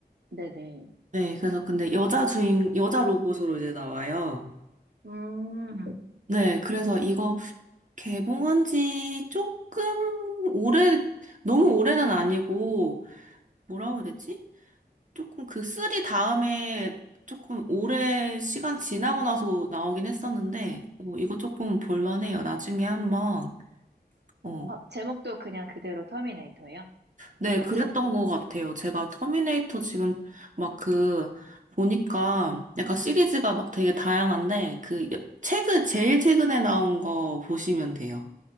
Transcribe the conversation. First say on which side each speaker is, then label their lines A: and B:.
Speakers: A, on the right (about 75°); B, on the right (about 45°).
A: 네네.
B: 네, 그래서 근데 여자 주인, 여자 로봇으로 이제 나와요.
A: 음,
B: 네, 그래서 이거 개봉한 지 조금 오래, 너무 오래는 아니고, 뭐라고 해야 되지? 조금 그 쓰리 다음에 조금 오래 시간 지나고 나서 나오긴 했었는데, 어, 이거 조금 볼만해요. 나중에 한번. 어.
A: 어, 제목도 그냥 그대로 터미네이터예요?
B: 네,
A: 똑같이?
B: 그랬던 것 같아요. 제가 터미네이터 지금 막 그, 보니까 약간 시리즈가 막 되게 다양한데, 그, 최근, 제일 최근에 나온 거 보시면 돼요.